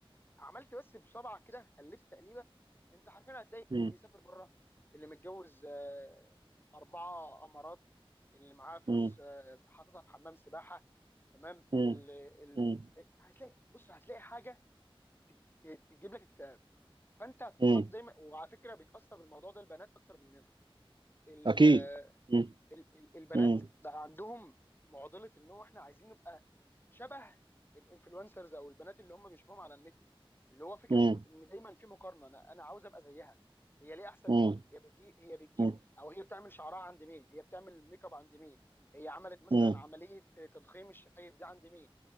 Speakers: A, on the left; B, on the right.
A: عملت بس بصبعك كده قلبت تقليبه انت حرفيا هتلاقي
B: م-
A: اللي بيسافر بره اللي متجوز آه، اربعه امارات اللي معاه فلوس
B: م-
A: آه، حاططها في حمام سباحه تمام
B: م-
A: اللي ال...
B: م-
A: آه، هتلاقي بص هتلاقي حاجه ت- تجيب لك اكتئاب فانت هتتحط
B: م.
A: دايما وعلى فكره بيتاثر بالموضوع ده البنات اكتر مننا ال...
B: اكيد
A: آه،
B: م-
A: ال... ال- البنات
B: م-
A: بقى عندهم معضله ان هو احنا عايزين نبقى شبه الانفلونسرز او البنات اللي هم بيشوفوهم على النت اللي هو فكره
B: م-
A: ان دايما في مقارنه انا انا عاوز ابقى زيها هي ليه احسن
B: م-
A: مني هي بتجيب هي بتجيب
B: م-
A: او هي بتعمل شعرها عند مين هي بتعمل ميك اب عند مين هي عملت مثلا
B: م-
A: عمليه تضخيم الشفايف دي عند مين